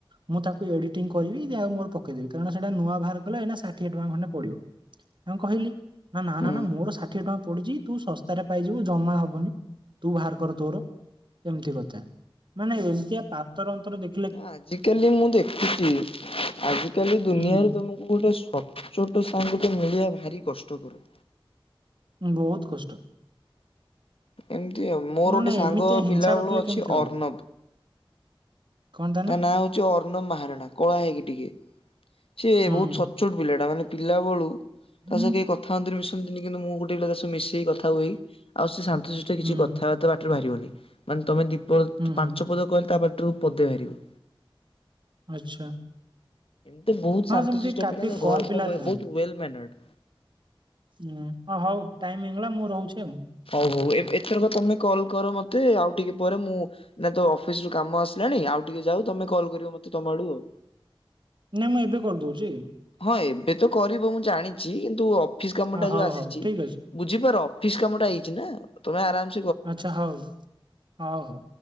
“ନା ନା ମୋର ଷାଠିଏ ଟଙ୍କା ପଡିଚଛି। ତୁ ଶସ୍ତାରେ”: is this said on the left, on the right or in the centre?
Right